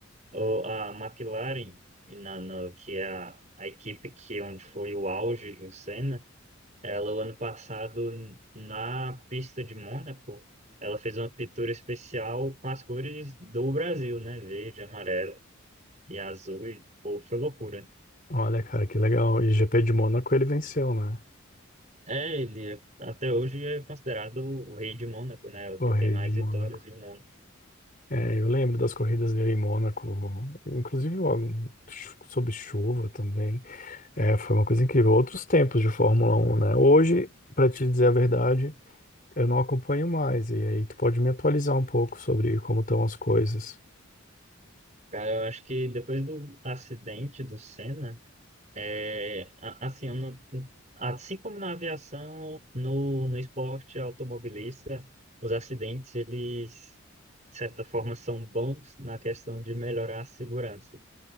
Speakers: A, on the right; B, on the left.
A: o- a McLaren, e na, no- que é a, a equipe que onde foi o auge do Senna, ela o ano passado n- na pista de Mônaco, ela fez uma pintura especial com as cores do Brasil, né? Verde, amarelo e azul, e pô, foi loucura.
B: Olha, cara, que legal. E GP de Mônaco ele venceu, né?
A: É, ele é- até hoje é considerado o rei de Mônaco, né? O
B: O
A: que
B: rei
A: tem mais
B: de Mônaco.
A: vitórias em Mônaco.
B: É, eu lembro das corridas dele em Mônaco, inclusive ó, chu- sob chuva também. É, foi uma coisa incrível. Outros tempos de Fórmula 1, né? Hoje, pra te dizer a verdade, eu não acompanho mais. E aí tu pode me atualizar um pouco sobre como estão as coisas.
A: Cara, eu acho que depois do acidente do Senna, é, a- assim, eu não- assim como na aviação, no, no esporte automobilista, os acidentes, eles, de certa forma, são bons na questão de melhorar a segurança.